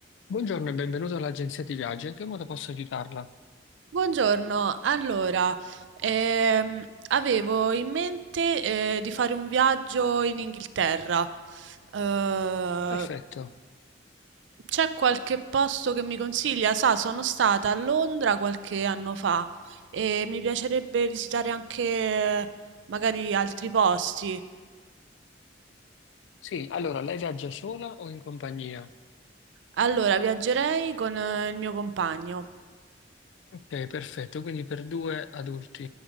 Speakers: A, on the left; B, on the right.
A: Buongiorno e benvenuto all'agenzia di viaggio. In che modo posso aiutarla?
B: Buongiorno, allora, ehm, avevo in mente eh, di fare un viaggio in Inghilterra. Eh,
A: Perfetto.
B: c'è qualche posto che mi consiglia? Sa, sono stata a Londra qualche anno fa e mi piacerebbe visitare anche eh, magari altri posti.
A: Sì, allora lei viaggia sola o in compagnia?
B: Allora, viaggerei con eh, il mio compagno.
A: Ok, perfetto. Quindi per due adulti.